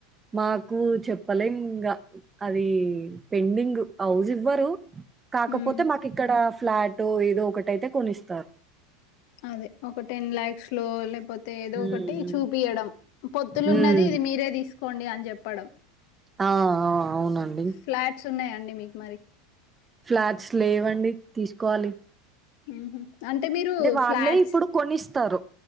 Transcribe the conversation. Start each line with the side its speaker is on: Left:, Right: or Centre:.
Right: మాకు చెప్పలేం ఇంగ అది పెండింగ్ హౌజ్ ఇవ్వరు కాకపోతే
Left: హ్మ్.
Right: మాకు ఇక్కడ ఫ్లాట్ ఏదో ఒకటిటైతే కొనిస్తారు
Left: అదే ఒక టెన్ లాక్స్ లో లేపో పోతే ఏదో
Right: హ్మ్.
Left: ఒకటి చూపియడం పొత్తులు
Right: హ్మ్.
Left: ఉన్నది ఇది మీరే తీసుకోండి అని చెప్పడం
Right: ఆ ఆ అవునండి.
Left: ఫ్లాట్స్ ఉన్నాయండి మీకు మరి
Right: ఫ్లాట్స్ లేవండి తీసుకోవాలి
Left: ఉ హు అంటే మీరు
Right: వాళ్ళే
Left: ఫ్లాట్స్
Right: ఇప్పుడు కొనిస్తారు.